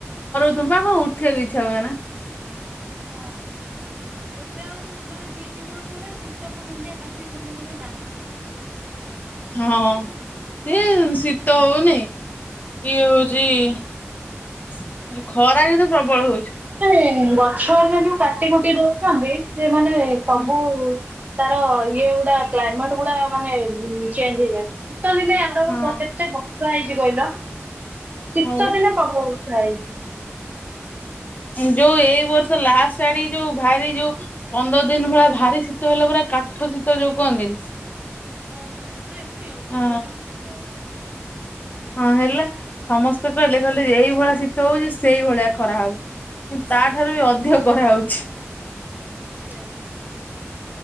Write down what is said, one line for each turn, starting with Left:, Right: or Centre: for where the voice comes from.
Left: ତୁମେ କଣ ଉଠଥିବ କିଛି ହୁଏନା।
Right: ହଁ ଏବେ ଆଉ ମାନେ ଦିଇ ତିନି ବର୍ଷ ହେଲା ଶୀତ କେନ୍ତିଆ କାର୍ତ୍ତିକ ପୂର୍ଣ୍ଣମୀରେ ନାହିଁ।
Left: ହଁ ସିଏ ଶୀତ ହୋଉନି। କିଏ ହୋଉଚି ଖରା କିନ୍ତୁ ପ୍ରବଳ ହୋଉଛି।
Right: ଏ ଗଛ ଆ ଯୋଉ କାଟି କୁଟି ଦୋଉଛନ୍ତି ସେମାନୋନେ ସବୁ
Left: ହୁଁ
Right: ତାର ଇଏ ଗୁଡା କ୍ଲାଇମେଟ ଗୁଡା ମାନେ ଚେଞ୍ଜ ହେଇଯାଉଛି। ଶୀତ ଦିନେ ଏାର
Left: ହଁ।
Right: ବର୍ଷ କେତେ ବର୍ଷା ହେଇଚି କହିଲ ଶୀତ
Left: ହଁ ପରା
Right: ଦିନେ ପ୍ରବଳ ବର୍ଷ ରାଇଚି
Left: ଯୋଉ ଏଇ ବର୍ଷ ଲାଷ୍ଟ ଆଡିକି ଯୋଉ ଭାରି ଯୋଉ ପନ୍ଦର ଦିନ ଭଳି ଭାରି ଶୀତ ହେଲା ପୁରା କାଠ ଶୀତ ଯୋଉ କୁହନ୍ତିନି।
Right: ହଁ ହଁ ପୁରା ମାନେ ବହୁତ
Left: ଅ
Right: ଶୀତ ହେଲା।
Left: ହଁ ହେଲା ସମସ୍ତେ କହିଲେ କହିଲେ ଏଇଭଳିଆ ଶୀତ ହୋଉଚି ସେଇଭଳିଆ ଖରା ହବ। ତାଠାରୁ ବି ଅଧ
Right: ହଁ
Left: କରାହୋଉଛି।
Right: ସେଇଆ ପା